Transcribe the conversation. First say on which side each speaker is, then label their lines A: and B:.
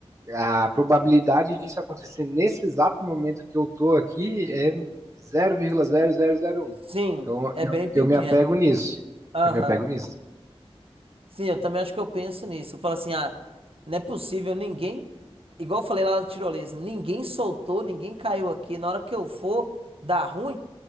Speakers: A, on the right; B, on the right.
A: a probabilidade disso acontecer nesse exato momento que eu tô aqui é zero vírgula zero zero zero vírgula um
B: Sim,
A: Então
B: é
A: eu,
B: bem pequeno.
A: eu me apego nisso.
B: Aham.
A: Eu me apego nisso.
B: Sim, eu também acho que eu penso nisso. Eu falo assim, ah, não é possível, ninguém. Igual eu falei lá da tirolesa, ninguém soltou, ninguém caiu aqui. Na hora que eu for dar ruim,